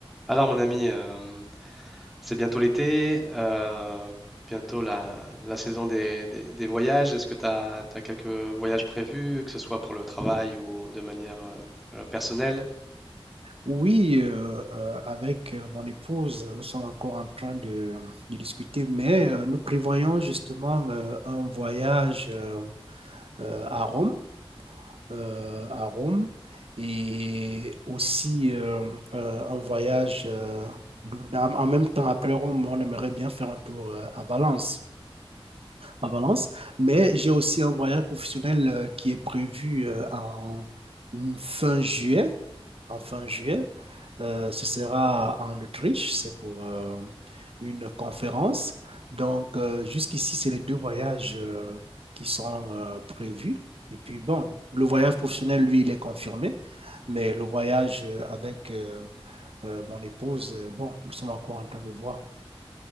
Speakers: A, in the centre; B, on the right.
A: Alors mon ami, euh, c'est bientôt l'été, euh, bientôt la, la saison des, des- des voyages. Est-ce que tu as, quelques voyages prévus, que ce soit pour le travail ou de manière euh, euh, personnelle?
B: Oui, euh, euh, avec euh, mon épouse, nous sommes encore en train de, de discuter, mais euh, nous prévoyons justement euh, un voyage euh, euh, à Rome, euh, à Rome, et aussi euh, euh, un voyage euh, de- en en même temps après Rome, on aimerait bien faire un tour euh, à Valence, à Valence, mais j'ai aussi un voyage professionnel euh, qui est prévu euh, en fin juillet en fin juillet. Euh, ce sera en Autriche, c'est pour euh, une conférence. Donc, euh, jusqu'ici, c'est les deux voyages euh, qui sont euh, prévus. Et puis, bon, le voyage professionnel, lui, il est confirmé, mais le voyage euh, avec euh, euh, mon épouse, euh, bon, nous sommes encore en train de voir.